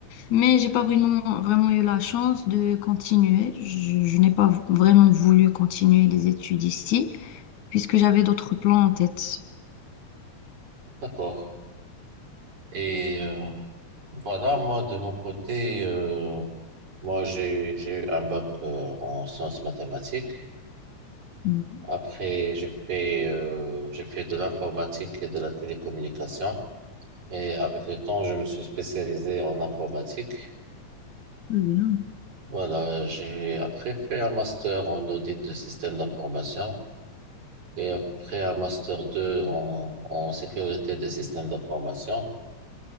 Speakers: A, on the left; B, on the right.
A: Mais j'ai pas vraiment vraiment eu la chance de continuer. Je, je n'ai pas v- vraiment voulu continuer les études ici puisque j'avais d'autres plans en tête.
B: D'accord. Et euh, Voilà, moi, de mon côté, euh, moi, j'ai, j'ai eu un bac euh, en sciences mathématiques.
A: Oui,
B: Après, j'ai fait, euh, j'ai fait de l'informatique et de la télécommunication. Et avec le temps, je me suis spécialisé en informatique.
A: très bien.
B: Voilà, j'ai après fait un master en audit de système d'information et après un master 2 en, en sécurité des systèmes d'information.